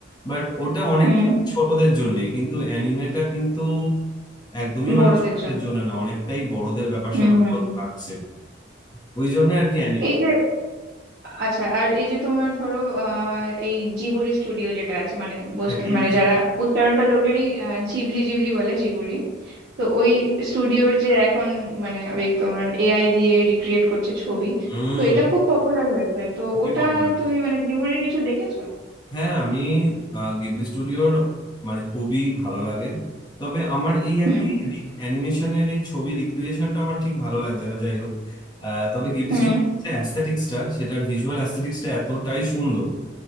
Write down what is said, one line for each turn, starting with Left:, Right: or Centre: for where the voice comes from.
Left: বাট ওটা অনেকটা
Right: হুম
Left: ছোটদের জন্যই কিন্তু অ্যানিমেটা কিন্তু একদমই
Right: বড়দের
Left: মানে ছোটদের
Right: জন্য
Left: জন্য না অনেকটাই বড়দের ব্যাপার
Right: হুম
Left: স্যাপার গুলো থাকছে ওই জন্য আর কি
Right: এই যে আচ্ছা আর এই যে তোমার ধরো আহ এই জিবুরি স্টুডিও যেটা আছে মানে বোস-
Left: অ্যানিমে
Right: মানে যারা উচ্চারণটা লোকজনই আহ, জিবলি জিবলি বলে জিবুরি তো ওই স্টুডিওর যে এখন মানে ওই তোমার এআই দিয়ে রিক্রিয়েট করছে ছবি
Left: হুম
Right: তো এটা খুব পপুলার হয়েছে তো
Left: খুবই
Right: ওটা
Left: পপুলার
Right: তুমি মানে জিবুরির কিছু দেখেছো
Left: হ্যাঁ আমি আহ, গিবলি স্টুডিওর মানে খুবই ভালো লাগে তবে আমার এই আর
Right: হুম
Left: কি অ্যানিমেশনের এই ছবি রিক্রিয়েশনটা আমার ঠিক ভালো লাগছে না যাই হোক আহ, তবে গিবলি
Right: হুম
Left: স্টুডিওর যে অ্যাস্থেটিক্সটা সেটার ভিজুয়াল অ্যাস্থেটিক্সটা এতটাই সুন্দর